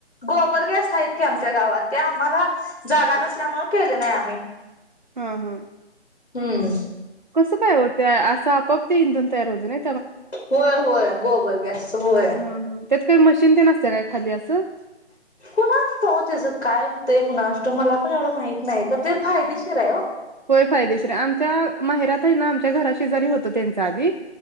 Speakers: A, on the left; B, on the right.
A: गोबर गॅस आहेत की आमच्या गावात, ते आम्हाला जागा नसल्यामुळे केल नाही आम्ही.
B: हं हं!
A: हूं!
B: कसं काय ओ त्या असं आपोआप ते इंधन तयार होत नाही.
A: होय होय, गोबर गॅसच होय.
B: हा हा त्यात काही मशीन ते नसत्या काय खाली असं
A: कुनां असत वो त्याचं काय होतय, कुणास ठाव, मला पण एवढं माहित नाही, खरं ते फायदेशीर आहे हो.
B: होय फायदेशीर आहे, आमच्या माहेरात आहे ना आमच्या घरा शेजारी होत त्यांचा आधी.